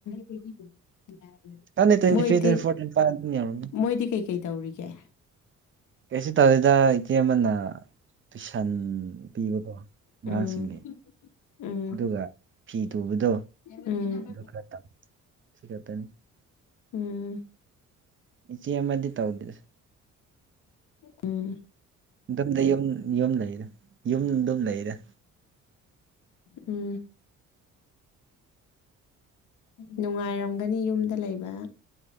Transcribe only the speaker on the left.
<unintelligible>
ꯃꯣꯏꯗꯤ
ꯃꯣꯏꯗꯤ ꯀꯩꯀꯩ ꯇꯧꯔꯤꯒꯦ
ꯎꯝ ꯎꯝ
ꯎꯝ
ꯎꯝ
ꯎꯝ
ꯎꯝ ꯅꯨꯡꯉꯥꯏꯔꯝꯒꯅꯤ ꯌꯨꯝꯗ ꯂꯩꯕ